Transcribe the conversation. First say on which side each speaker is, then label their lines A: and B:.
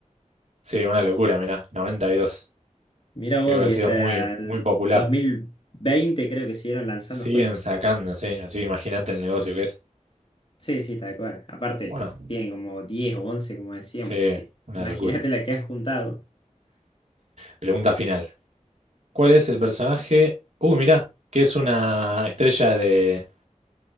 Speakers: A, on the right (about 60°); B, on the left (about 45°).
A: Sí, una locura, mirá, 92.
B: Mira
A: Creo
B: vos,
A: que
B: y
A: ha sido
B: hasta
A: muy,
B: el
A: muy popular.
B: dos mil veinte creo que siguieron lanzando
A: Siguen
B: juegos.
A: sacando, sí. Así que imagínate el negocio que es.
B: Sí, sí, tal cual. Aparte,
A: Bueno,
B: tienen como diez o once como decíamos,
A: sí,
B: así.
A: una
B: Imagínate
A: locura.
B: la que han juntado.
A: Pregunta final. ¿Cuál es el personaje? Uy, mirá, que es una estrella de...